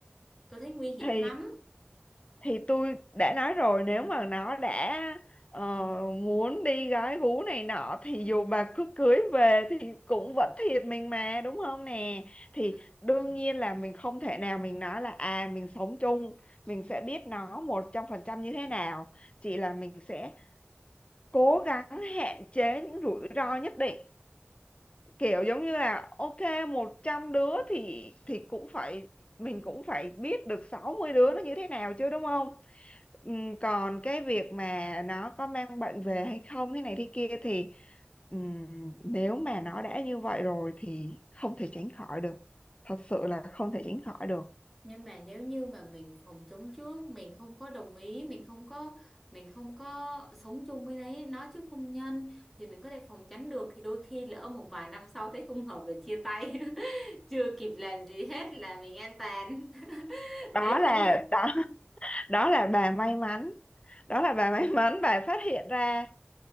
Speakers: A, in the centre; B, on the left.
A: tôi thấy nguy hiểm
B: thì
A: lắm
B: thì tôi đã nói rồi nếu mà nó đã ờ, muốn đi gái gú này nọ thì dù bà cứ cưới về thì cũng vẫn thiệt mình mà đúng không nè thì
A: ừ.
B: đương
A: ừ.
B: nhiên là mình không thể nào mình nói là à mình sống chung mình sẽ biết nó một trăm phần trăm như thế nào chỉ là mình sẽ cố gắng hạn chế những rủi ro nhất định kiểu giống như là ok 100 đứa thì thì cũng phải mình cũng phải biết được 60 đứa nó như thế nào chứ đúng không? Ừm, còn cái việc mà nó có mang bệnh về hay không thế này thế kia thì ừm, nếu mà nó đã như vậy rồi thì không thể tránh khỏi được. Thật sự là không thể tránh khỏi được.
A: nhưng mà nếu như mà mình phòng chống trước mình không có đồng ý mình không có mình không có sống chung với đấy nó chứ không nhân thì mình có thể phòng tránh được thì đôi khi lỡ một vài năm sau thấy không hợp là chia tay <laughs> chưa kịp làm gì hết là mình an toàn <laughs>
B: Đó
A: đấy
B: là
A: không
B: đó <laughs> đó là bà may mắn. Đó là bà may mắn bà phát hiện ra